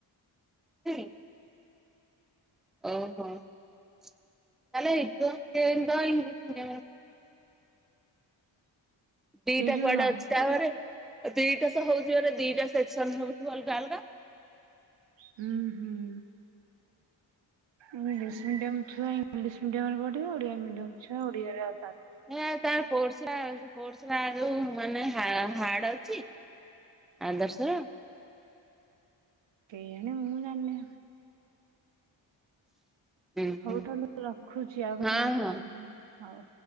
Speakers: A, in the centre; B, on the right.
A: <unintelligible> ଓ ହୋ। ତାହେଲେ ହେଇଥିବ <unintelligible> ଇଂଲିଶ ମିଡିୟମରେ ପ ଦିଟା
B: ସେ ଯୋଉ
A: କୁଆଡେ
B: ନ
A: ଅଛି ତାପରେ ଦିଟା ସହ ହଉଥିବରେ ଦିଟା ସେକ୍ସନ ହଉଥିବ ଅଲଗା ଅଲଗା।
B: ହୁଁ ହୁଁ। ଇଂଲିଶ ମିଡିୟମ ଛୁଆ ଇଂଲିଶ ମିଡିୟମ ରେ ପଢିବ ଓଡିଆ ମିଡିୟମ ଛୁଆ ଓଡିଆରେ ଆ
A: ହେ ତାର କୋର୍ସ ରା କୋର୍ସରା ଯୋଉ ମାନେ ହା ହାର୍ଡ ଅଛି ଆଦର୍ଶ ର।
B: କେ ଜାଣି ମୁ ଜାଣିନି।
A: ହୁଁ
B: ହଉ
A: ହୁଁ
B: ତାହେଲେ ରଖୁଛି ଆଉ କେତେବେଳେ
A: ହଁ
B: କରି
A: ହଁ।
B: ହଉ।